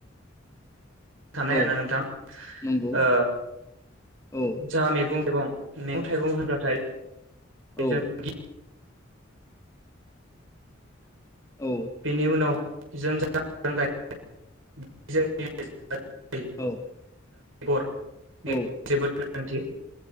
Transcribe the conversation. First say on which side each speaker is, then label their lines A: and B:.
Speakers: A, on the right; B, on the left.
A: खानाय आरो
B: औ
A: ना नोंथां
B: नंगौ
A: ओ
B: औ
A: जा मेगं थाइगं मेगं थाइगं होनबाथाय बेजों
B: औ
A: गि
B: औ
A: बेनि उनाव जों जा <unintelligible> <unintelligible>
B: औ
A: गर बे
B: औ
A: जोबोद गोनांथि